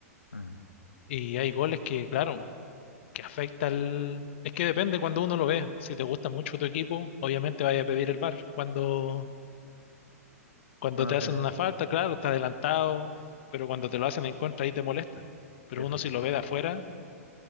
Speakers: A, on the left (about 80°); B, on the left (about 50°).
A: Mm.
B: Y hay goles que, claro, que afecta al... Es que depende cuando uno lo ve. Si te gusta mucho tu equipo, obviamente vaya a pedir el VAR. Cuando, cuando
A: Bueno,
B: te
A: sí,
B: hacen
A: no sí,
B: una falta, claro, está adelantado, pero cuando te lo hacen en contra, ahí te molesta. Pero
A: sí, mm,
B: uno si lo ve de afuera,